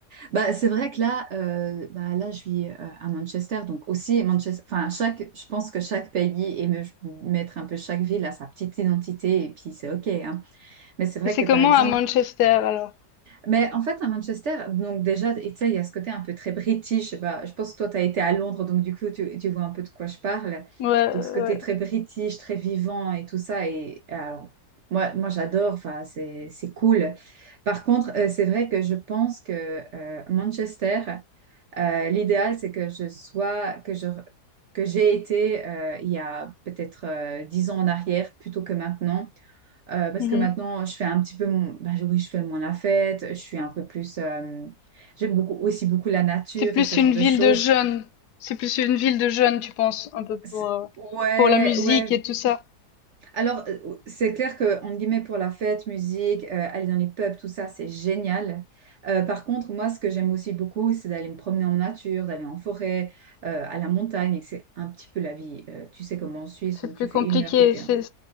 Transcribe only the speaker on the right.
Bah c'est vrai que là, euh, bah là je vis euh, à Manchester, donc aussi Manchester. Enfin chaque, je pense que chaque pays et me- mettre un peu chaque ville à sa petite identité et puis c'est ok. hein. Mais c'est vrai
que par
exemple,
mais en fait à Manchester, donc déjà et tu sais il y a ce côté un peu très british. Je sais pas, je pense que toi tu as été à Londres, donc du coup tu, tu vois un peu de quoi je parle.
Donc ce côté
très british, très vivant et tout ça et alors. Moi, moi j'adore, enfin, c'est c'est cool. Par contre, euh, c'est vrai que je pense que euh, Manchester, euh, l'idéal, c'est que je sois, que je, que j'ai été euh, il y a peut-être euh, dix ans en arrière plutôt que maintenant, Euh, parce
que maintenant, je fais un petit peu, mon- ben, oui, je fais moins la fête, je suis un peu plus, euh, j'aime beaucoup aussi beaucoup la nature
et ce
genre de
choses.
C'est-
Ouais,
ouais,
Alors, euh, c'est clair que, entre guillemets, pour la fête, musique, euh, aller dans les pubs, tout ça, c'est génial. Euh, par contre, moi, ce que j'aime aussi beaucoup, c'est d'aller me promener en nature, d'aller en forêt, euh, à la montagne, et que c'est un petit peu la vie. Euh, tu sais, comme en Suisse,
où tu
fais
une heure pété.
hein.